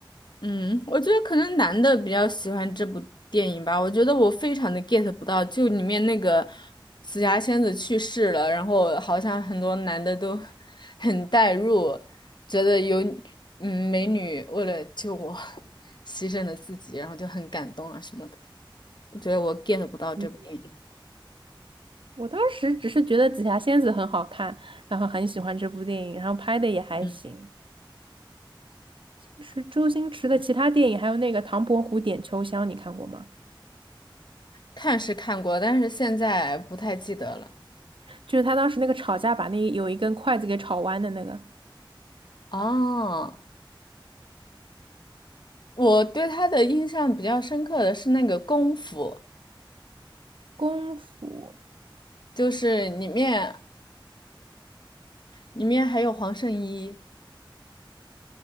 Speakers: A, on the left (about 60°); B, on the right (about 75°).
A: 嗯，我觉得可能男的比较喜欢这部电影吧。我觉得我非常的 get 不到，就里面那个紫霞仙子去世了，然后好像很多男的都 <laughs> 很代入，觉得有嗯美女为了救我 <laughs> 牺牲了自己，然后就很感动啊什么的。我觉得我 get 不到这部电影。
B: 嗯，我当时只是觉得紫霞仙子很好看，然后很喜欢这部电影，然后拍的也还行。
A: 嗯，
B: 其实周星驰的其他电影，还有那个《唐伯虎点秋香》，你看过吗？
A: 看是看过，但是现在不太记得了。
B: 就是他当时那个吵架，把那有一根筷子给吵弯的那个
A: 哦，我对他的印象比较深刻的是那个功夫。
B: 功夫，
A: 就是里面里面还有黄圣依，